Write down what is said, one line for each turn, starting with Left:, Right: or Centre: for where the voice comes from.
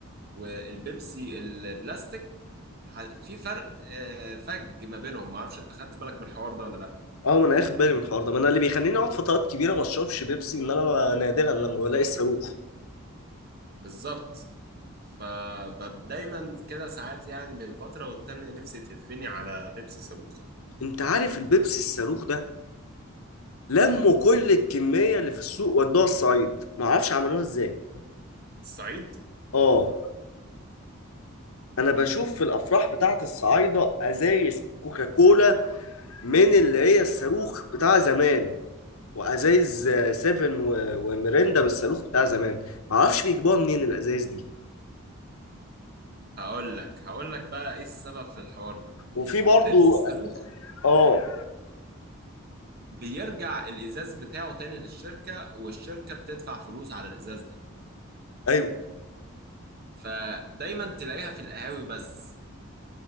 Right: والبيبسي البلاستيك ح- في فرق آه، فج ما بينهم ما اعرفش انت خدت بالك من الحوار ده ولا لا
Left: اه ما انا اخد بالي من الحوار ده ما انا اللي بيخليني اقعد فترات كبيره ما اشربش بيبسي ان انا ب- نادرا لما بلاقي الصاروخ
Right: بالظبط فدايما كده ساعات يعني بين فترة والتانية نفسي تهفني على بيبسي صاروخ
Left: انت عارف البيبسي الصاروخ ده لموا كل الكميه اللي في السوق ودوها الصعيد ما اعرفش عملوها ازاي
Right: الصعيد
Left: اه انا بشوف في الافراح بتاعت الصعايده ازايز كوكاكولا من اللي هي الصاروخ بتاع زمان وازايز آه، سيفن و... وميريندا من الصاروخ بتاع زمان معرفش بيجيبوها منين الازايز دي
Right: هقول لك هقول لك بقى ايه السبب في الحوار ده
Left: وفي برضو
Right: البيبسي الصاروخ
Left: اه
Right: بيرجع الازاز بتاعه تاني للشركة والشركة بتدفع فلوس على الازاز ده
Left: ايوه
Right: فدايما تلاقيها في القهاوي بس